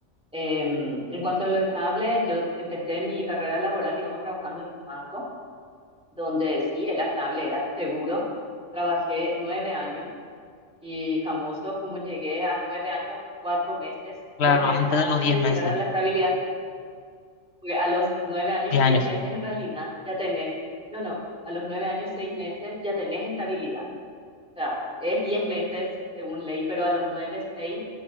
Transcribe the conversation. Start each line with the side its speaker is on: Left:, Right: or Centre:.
Centre: Em, en cuanto a lo estable, yo empecé mi carrera laboral, digamos, trabajando en un banco, donde sí era estable, era seguro. Trabajé nueve años y famoso como llegué a nueve años, cuatro meses,
Left: Claro,
Centre: dos meses
Left: antes
Centre: antes
Left: de los diez
Centre: de
Left: meses,
Centre: llegar a la estabilidad, porque a los nueve años,
Left: 10
Centre: seis
Left: años,
Centre: meses
Left: sí.
Centre: en realidad ya tenés, no, no, a los nueve años, seis meses ya tenés estabilidad. O sea, es diez meses según ley, pero a los nueve, seis